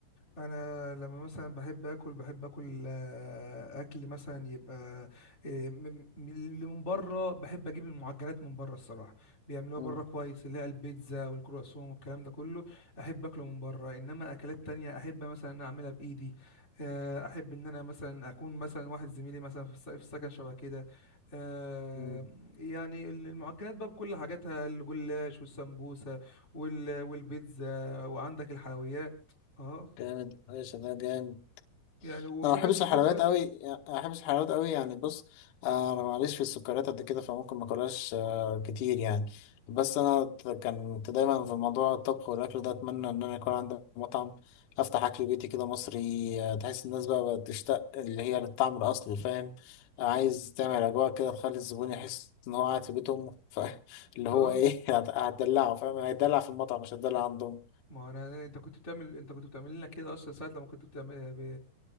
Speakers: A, on the left (about 25°); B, on the left (about 65°).
A: انا لما مثلا بحب اكل بحب اكل آه، اكل مثلا يبقى آه، من- من اللي من بره بحب اجيب المعجنات من بره الصراحه بيعملوها
B: مم.
A: بره كويس اللي هي البيتزا والكرواسون والكلام ده كله احب اكله من بره انما اكلات تانية احب مثلا ان أنا اعملها بايدي آه، احب ان انا مثلا اكون مثلا واحد زميلي مثلا في الس- في السكن شبه كده آه،
B: مم.
A: يعني ال- المعجنات بقى بكل حاجاتها الجلاش والسمبوسه وال- والبيتزا وعندك الحلويات اه
B: جامد ماشي ده جامد
A: يعني وفي
B: انا ما بحبش
A: ناس بتحب
B: الحلويات
A: لك
B: قوي يعني- ما بحبش الحلويات قوي يعني بص آه، انا معليش في السكريات قد كده فممكن ما اكلهاش آه، كتير يعني بس انا ت- كنت دايما في موضوع الطبخ والاكل ده اتمنى ان انا يكون عندي مطعم افتح اكل بيتي كده مصري آه، تحس الناس بقى بقت تشتاق اللي هي للطعم الاصلي فاهم آه، عايز تعمل اجواء كده تخلي الزبون يحس ان هو قاعد في بيت امه ف- <laughs> اللي
A: اه
B: هو ايه <laughs> هت- هتدلعه فاهم هيدلع في المطعم مش هتدلع عندهم
A: ما هو انا انت كنت بتعمل انت كنت بتعمل لنا كده اصلا ساعه لما كنت بتعمل ب...